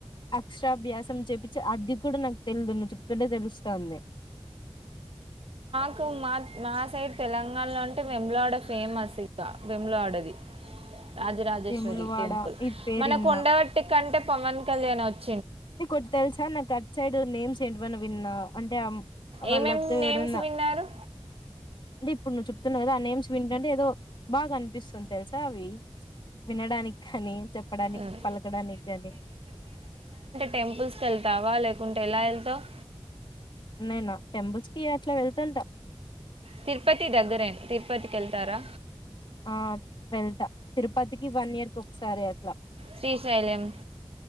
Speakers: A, on the left; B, on the right.
A: అక్షరాభ్యాస చెప్పి అది కూడా నాకు తెలిదు నువ్వు చెప్తుంటే తెలుస్తోంది
B: నాకు మా మా సైడ్ తెలంగాణలో అంటే వెములవాడ ఫేమస్ ఇక వెములవాడది రాజరాజేశ్వరి
A: వేములవాడ
B: టెంపుల్
A: ఇది పేరు
B: మన
A: విన్నా
B: కొండ గట్టు కంటే పవన్ కళ్యాణ్ వచ్చ
A: ఇ కొటి తెలుసా నా కట్ సైడ్ నేమ్స్ ఏంటివన్నా విన్నా అంటే
B: ఏమేం
A: వాళ్ళతో
B: నేమ్స్
A: ఎవరన్నా
B: విన్నారు
A: అంటే ఇప్పుడు నువ్వు చెప్తున్నావు కదా ఆ నేమ్స్ వింటంటే ఏదో బాగా అనిపిస్తుంది తెలుసా అవి వినడానికి కానీ చెప్పడానికి
B: ఉమ్.
A: పలకడానికి కానీ
B: టెంపుల్స్ కి వెళ్తావా లేకుంటే ఎలా వెళ్తావ్
A: నేనా టెంపుల్స్ కి అట్లా వెళ్తుంటా
B: తిరుపతి దగ్గరేన్ తిర్పతి కెళ్తారా
A: ఆ వెళ్తా తిరుపతికి వన్ ఇయర్ కొకసారి అట్లా
B: శ్రీ ‌శైలెం